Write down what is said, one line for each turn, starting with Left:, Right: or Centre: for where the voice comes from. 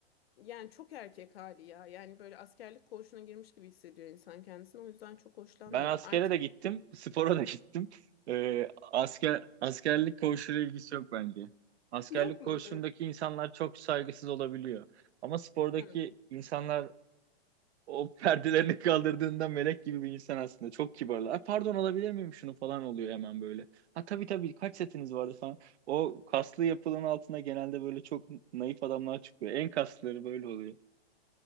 Left: Yani çok erkek hali ya. Yani böyle askerlik koğuşuna girmiş gibi hissediyor insan kendisini. O yüzden çok hoşlanmıyorum.
Right: Ben askere
Left: Artık
Right: de gittim, spora da gittim. Ee, asker askerlik koğuşuyla ilgisi yok bence.
Left: <laughs>
Right: Askerlik
Left: yok
Right: koğuşundaki
Left: mu? Evet.
Right: insanlar çok saygısız olabiliyor. Ama spordaki
Left: Ha.
Right: insanlar o <laughs> perdelerini kaldırdığında melek gibi bir insan aslında. Çok kibarlar. "Ay, pardon alabilir miyim şunu falan oluyor hemen böyle. Ha tabii tabii kaç setiniz vardı falan. O kaslı yapılanın altına genelde böyle çok naif adamlar çıkıyor. En kaslıları böyle oluyor.